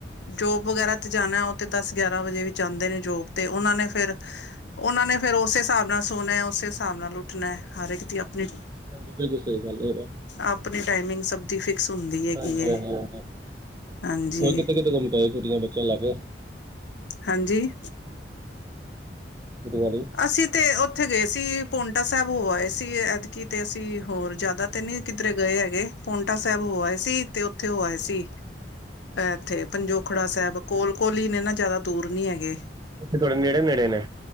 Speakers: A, on the left; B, on the right.
A: ਜੋਬ ਵਗੈਰਾ ਤੇ ਜਾਣਾ ਉਹ ਤੇ ਦਸ ਗਿਆਰਾਂ ਵਜੇ ਵੀ ਜਾਂਦੇ ਨੇ ਜੋਬ ਤੇ, ਉਹਨਾਂ ਨੇ ਫਿਰ ਉਹਨਾਂ ਨੇ ਫਿਰ ਉਸੇ ਹਿਸਾਬ ਨਾਲ ਸੋਣਾ, ਉਸੇ ਹਿਸਾਬ ਨਾਲ ਉੱਠਣਾ, ਹਰ ਇੱਕ ਦੀ ਆਪਣੀ
B: ਹਾਂਜੀ ਬਿਲਕੁਲ ਸਹੀ ਗੱਲ ਹੈ
A: ਆਪਣੀ ਟਾਈਮਿੰਗ ਸਭ ਦੀ ਫਿਕਸ ਹੁੰਦੀ ਹੈਗੀ
B: ਹਾਂਜੀ-
A: ਏ।
B: ਹਾਂਜੀ-ਹਾਂਜੀ,
A: ਹਾਂਜੀ
B: ਕਿਥੇ -ਕਿਥੇ ਘੁੰਮ ਕੇ ਆਏ ਛੁੱਟੀਆਂ ਚ ਬੱਚਿਆਂ ਨੂੰ ਲੈ ਕੇ।
A: ਹਾਂਜੀ
B: <inaudible>
A: ਅਸੀਂ ਤੇ ਉੱਥੇ ਗਏ ਸੀ, ਪੁਣ ਪੌਂਟਾ ਸਾਹਿਬ ਹੋ ਆਏ ਸੀ, ਐਤਕੀ ਤੇ ਅਸੀਂ ਹੋਰ ਜ਼ਿਆਦਾ ਤੇ ਨਹੀਂ ਕਿੱਧਰੇ ਗਏ ਹੈਗੇ। ਪਾਉਂਟਾ ਸਾਹਿਬ ਹੋ ਆਏ ਸੀ, ਤੇ ਉੱਥੇ ਹੋ ਆਏ ਸੀ। ਇੱਥੇ ਪੰਜੋਖੜਾ ਸਾਹਿਬ ਕੋਲ- ਕੋਲ ਹੀ ਨੇ, ਨਾ ਜ਼ਿਆਦਾ ਦੂਰ ਨੀ ਹੈਗੇ।
B: ਅੱਛਾ, ਤੁਹਾਡੇ ਨੇੜੇ- ਨੇੜੇ ਨੇ।